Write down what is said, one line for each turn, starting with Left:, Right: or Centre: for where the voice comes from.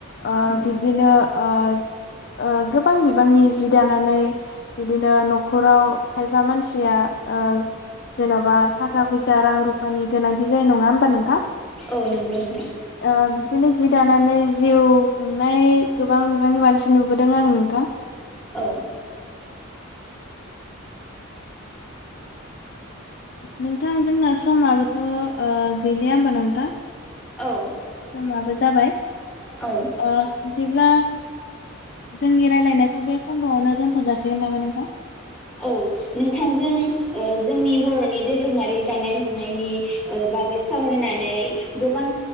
Left: ओ
Centre: औ
Left: बिबदिनो ओ ओ गोबां बिबांनि जि दानानै बिदिनो न'खराव खायफा मानसिया ओ जेन'बा थाखा फैसा रां रुफानि गोनांथि जायो नङा होमबा नोंथां?
Centre: औ नंगौ नोंथां
Left: ओ बिदिनो जि दानानै जिउ खुंनाय गोबां बिबांनि मानसि नुबोदों आं नोंथां।
Centre: औ
Left: नोंथां जोंना समाबोथ' ओ गैलिया होमबा नोंथां
Centre: औ
Left: समाबो जाबाय
Centre: औ
Left: ओ बिदिब्ला जोंनि रायलायनाय खौ बे खन्द'आवनो दोनथ' जासिगोन नामा नोंथां?
Centre: औ नोंथांजों ओ जोंनि बर'नि दोरोङारि दानाय लुनायनि बागै सावरायनानै गोबां